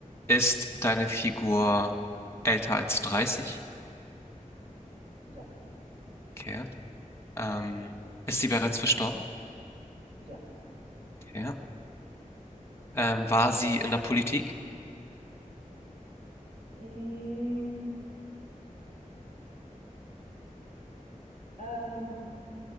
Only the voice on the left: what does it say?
ist deine Figur älter als 30?
Okay. Ähm, ist sie bereits verstorben?
Okay. Ähm, war sie in der Politik?